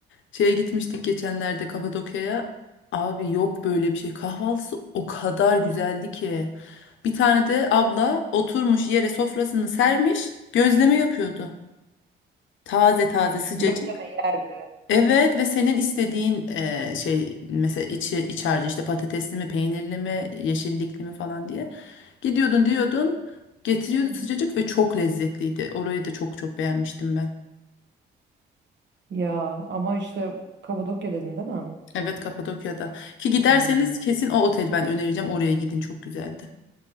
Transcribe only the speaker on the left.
Şeye gitmiştik geçenlerde Kapadokya'ya. Abi yok böyle bir şey. Kahvaltısı o kadar güzeldi ki. Bir tane de abla oturmuş yere sofrasını sermiş, gözleme yapıyordu. Taze taze sıcacık.
Evet ve senin istediğin e, şey mesela içi iç harcı işte patatesli mi, peynirli mi, yeşillikli mi falan diye. Gidiyordun diyordun, getiriyordu
sıcacık ve çok lezzetliydi. Orayı da çok çok beğenmiştim ben.
Evet Kapadokya'da. Ki giderseniz
kesin o otel ben önereceğim. Oraya gidin çok güzeldi.